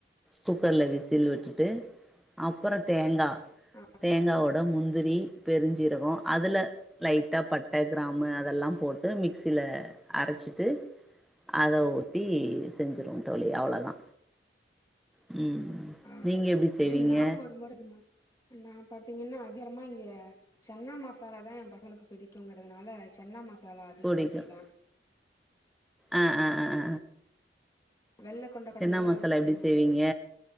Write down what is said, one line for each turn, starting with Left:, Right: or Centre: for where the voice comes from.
Centre: குக்கர்ல விசில் விட்டுட்டு அப்புறோ தேங்கா
Left: ஆ
Centre: தேங்காவேட முந் திரி பெருஞ்சீரகம் அதுல லைட்டா பட்ட கிராம் அதெல்லா போட்டு மிக்சில அரைச்சிட்டு அத ஊத்தி செஞ்சுறுவோ தோழி அவ்ளோதா ம்
Left: ஆ
Centre: நீங்க
Left: சரிங்
Centre: எப்டி செய்வீங்க
Left: நானூ ஒரு முறை இத்மா நான் பாத்தீங்கன்னா அதிகரமா இங்க சென்னா மசாலா தா எங் பசங்களுக்கு பிடிக்குங்ககுறதுனால சென்னா மசாலா அதிகமா
Centre: புடிக்கும்
Left: செய்வே
Centre: ஆ ஆ ஆ
Left: வெள்ள கொண்ட கடல
Centre: சென்னா
Left: ஊற
Centre: மசாலா
Left: வச்சு
Centre: எப்டி
Left: செய்வோ
Centre: செய்வீங்க
Left: இல்லியா